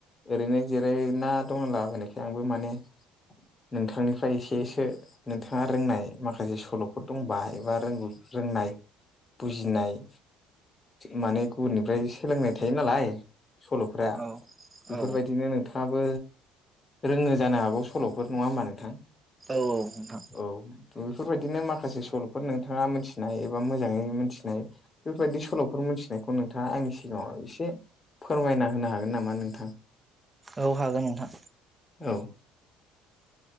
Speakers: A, on the left (about 25°); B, on the right (about 20°).
A: ओरैनो जिरायना दंलाबायनायखाय आंबो माने नोंथांनिफ्राय एसेसो नोंथाङा रोंनाय माखासे सल'फोर दं बाहायबा रोंगौ रोंनाय बुजिनाय माने गुबुननिफ्राय सोलोंनाय थायो नालाय सल'फोरा
B: औ
A: बेफोरबायदिनो
B: औ
A: नों नोंथाङाबो रोंनो जानो हागौ सल'फोर नङा होमबा नोंथां?
B: औ नोंथां
A: औ बेफोरबायदिनो माखासे सल'फोर नोंथाङा मिथिनाय एबा मोजाङै मोनथिनाय बेफोरबायदि सल'फोर मोनथिनायखौ नोंथाङा आंनि सिगाङाव एसे फोरमायना होनो हागोन नामा नोंथां?
B: औ हागोन नोंथां
A: औ